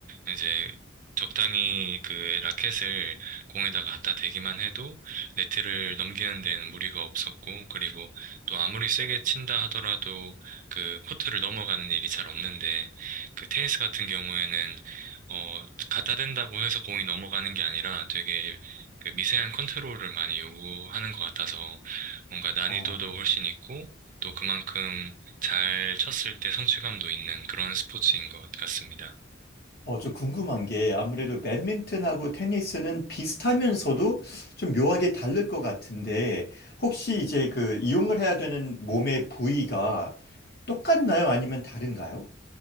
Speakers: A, on the right; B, on the left.
A: 이제 적당히 그 라켓을 공에다가 갖다 대기만 해도 네트를 넘기는 데는 무리가 없었고, 그리고 또 아무리 세게 친다 하더라도 그 코트를 넘어가는 일이 잘 없는데, 그 테니스 같은 경우에는 어, 갖다 댄다고 해서 공이 넘어가는 게 아니라 되게 그 미세한 컨트롤을 많이 요구하는 것 같아서 뭔가 난이도도
B: 아,
A: 훨씬 있고, 또 그만큼 잘 쳤을 때 성취감도 있는 그런 스포츠인 것 같습니다.
B: 어, 저 궁금한 게 아무래도 배드민턴하고 테니스는 비슷하면서도 좀 묘하게 다를 것 같은데, 혹시 이제 그 이용을 해야 되는 몸의 부위가 똑같나요? 아니면 다른가요?